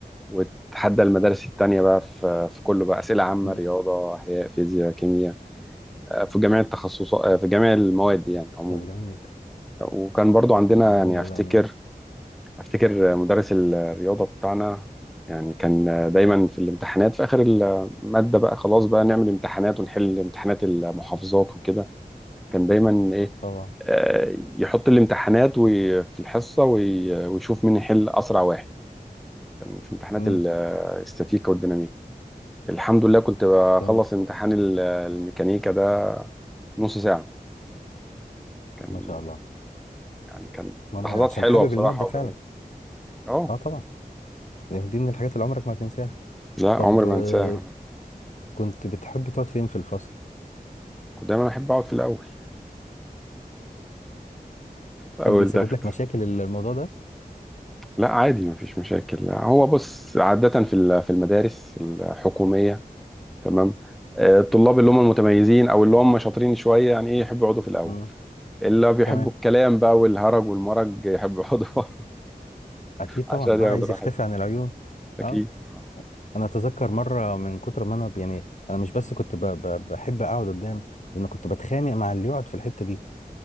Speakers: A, in the centre; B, on the left.
A: وتحدى المدارس التانية بقى في في كله بقى أسئلة عامة
B: مم.
A: رياضة أحياء فيزياء كيمياء آه، في جميع التخصصات آه، في جميع المواد يعني عموما
B: طب جميل
A: وكان برضو عندنا
B: جميل
A: يعني
B: والله
A: أفتكر
B: يعني
A: افتكر مدرس الرياضه بتاعنا يعني كان دايما في الامتحانات في اخر الماده بقى خلاص بقى نعمل امتحانات ونحل امتحانات المحافظات وكده كان دايما ايه
B: طبعا
A: آه، يحط الامتحانات وي- في الحصه وي- ويشوف مين يحل اسرع واحد كان في امتحانات
B: مم.
A: ال- الاستاتيكا والديناميكا الحمد لله كنت بخلص
B: تمام
A: امتحان ال- الميكانيكا ده في نص ساعه كان
B: ما شاء الله
A: يعني كانت
B: ماما
A: لحظات
B: عشان
A: حلوه
B: حابب
A: بصراحه
B: المادة
A: وجميله
B: فعلا
A: اه
B: اه طبعا يعني دي من الحاجات اللي عمرك ما هتنساها
A: لا
B: طب
A: عمري
B: آه،
A: ما انساها
B: كنت بتحب تقعد فين في الفصل
A: كنت دايما احب اقعد في الاول أو
B: كان بيسبب
A: الضغط
B: لك مشاكل الموضوع ده
A: لا عادي مفيش مشاكل هو بص عادة في ال- في المدارس الحكومية تمام آه، الطلاب اللي هم المتميزين أو اللي هم شاطرين شوية يعني إيه يحبوا يقعدوا في الأول
B: مم.
A: اللي بيحبوا
B: تمام
A: الكلام بقى والهرج والمرج يحبوا يقعدوا <laughs> ورا
B: اكيد طبعا
A: عشان
B: اه
A: ياخدوا
B: عايز
A: راحتهم
B: يختفي عن العيون
A: أكيد
B: اه
A: آه،
B: انا اتذكر مره من كتر ما انا يعني انا مش بس كنت ب... ب... بحب اقعد قدام انا كنت بتخانق مع اللي يقعد في الحته دي